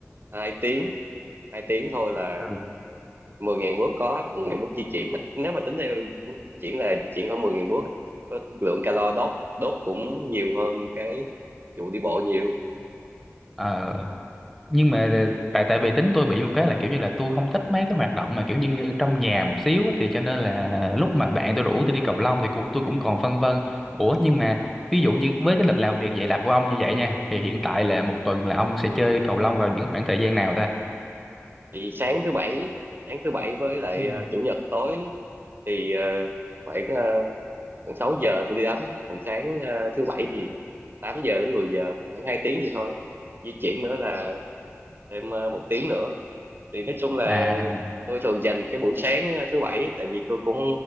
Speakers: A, on the right; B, in the centre.
A: ờ, hai tiếng hai tiếng thôi là
B: Ừ.
A: 10.000 bước có 10.000 bước di chuyển nếu mà tính theo chuyển là chuyển khoảng 10.000 bước á, có lượng calo đốt đốt cũng nhiều hơn cái vụ đi bộ nhiều
B: Ờ, nhưng mà tại tại vì tính tôi bị một cái là kiểu như là tôi không thích mấy cái hoạt động mà kiểu như trong nhà một xíu á, thì cho nên là lúc mà bạn tôi rủ tôi đi cầu lông thì cu- tôi cũng còn phân vân ủa nhưng mà ví dụ như với cái lịch làm việc dày đặc của ông như vậy nha thì hiện tại là một tuần là ông sẽ chơi cầu lông vào những khoảng thời gian nào ta
A: thì sáng thứ bảy sáng thứ bảy với lại
B: ừ
A: ờ, chủ nhật tối thì ờ, khoảng ờ, khoảng 6 giờ tôi đi đánh còn sáng ờ, thứ bảy thì 8 giờ đến 10 giờ khoảng 2 tiếng vậy thôi di chuyển nữa là thêm ờ, một tiếng nữa thì nói chung là
B: à
A: tôi thường dành cái buổi sáng ờ, thứ bảy tại vì tôi cũng